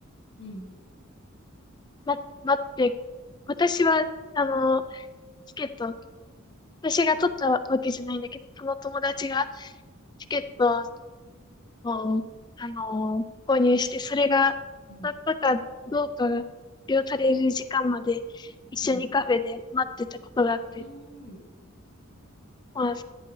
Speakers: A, on the left; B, on the left.
A: うん、
B: 待、待って、私は、あの、チケット、私が取ったわけじゃないんだけど、その友達がチケットをを、あのー購入して、それが当たったかどうかが発表される時間まで一緒にカフェで待ってたことがあって、
A: うん、うん、うん
B: まあ、